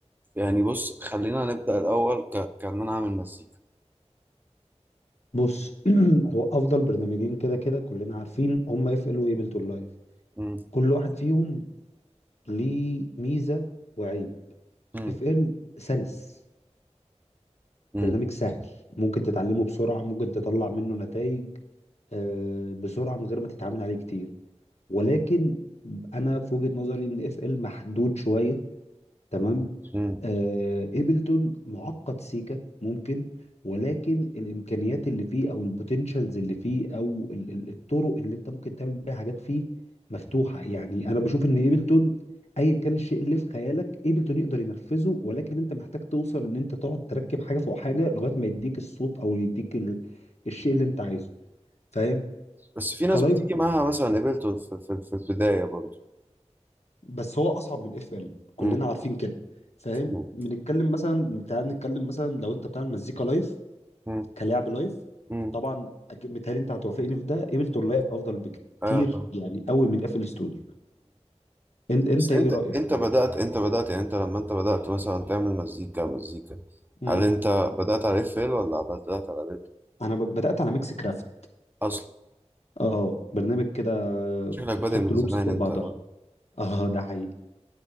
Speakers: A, on the right; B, on the left.
A: يعني بص خلينا نبدأ الاول ك... كان انا اعمل مزيكا
B: بص <clears throat> هو افضل برنامجين كده كده كلنا عارفين هم اف ال وابلتون لايف
A: مم.
B: كل واحد فيهم ليه ميزه وعيب
A: مم.
B: اف ال سلس
A: مم.
B: برنامج سهل ممكن تتعلمه بسرعه ممكن تطلع منه نتائج آه، بسرعه من غير ما تتعامل عليه كتير ولكن انا في وجهة نظري ان اف ال محدود شويه تمام
A: مم.
B: آه ايبلتون معقد سيكا ممكن ولكن الامكانيات اللي فيه او البوتنشالز اللي فيه او ال- ال- الطرق اللي انت ممكن تعمل بيها حاجات فيه مفتوحه يعني انا بشوف ان ايبلتون ايا كان الشيء اللي في خيالك ايبلتون يقدر ينفذه ولكن انت محتاج توصل ان انت تقعد تركب حاجه فوق حاجه لغايه ما يديك الصوت او يديك ال... الشيء اللي انت عايزه فاهم
A: بس في ناس
B: كلايف
A: بتيجي معاها مثلا ايفلتون في, في, في البداية برضو
B: بس هو اصعب من اف ال كلنا
A: مم.
B: عارفين كده فاهم
A: مم.
B: بنتكلم مثلا تعال نتكلم مثلا لو انت بتعمل مزيكا لايف
A: مم.
B: كلاعب لايف
A: مم.
B: طبعا أك- متهيألي انت هتوافقني في ده ايبلتون لايف افضل بكتير
A: ايوه طبعا
B: يعني قوي من اف ال ستوديو انت انت
A: بس
B: ايه
A: انت
B: رايك
A: انت
B: طيب
A: بدأت انت بدأت يعني انت لما انت بدأت مثلا تعمل مزيكا مزيكا
B: امم
A: هل انت بدأت على اف ال ولا بدأت على بيت
B: انا ب- بدات على ميكس كرافت
A: اصلا
B: اه برنامج كده
A: شكلك
B: كنت
A: بادئ
B: بتحط
A: من
B: لوبس
A: زمان
B: فوق
A: انت
B: بعضها
A: أوي.
B: <laughs> اه ده حقيقي